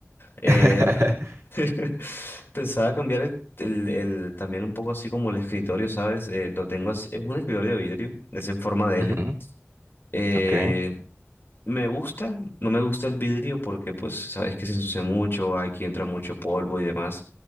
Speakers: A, on the left (about 50°); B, on the right (about 80°).
A: Eh,
B: <laughs>
A: <laughs> Pensaba cambiar el, el- el- también un poco así como el escritorio, ¿sabes? Eh, lo tengo así, es un escritorio de vidrio, es en forma de
B: Ujú,
A: L. eh,
B: Ok,
A: Me gusta, no me gusta el vidrio porque pues sabes que se ensucia mucho, aquí entra mucho polvo y demás.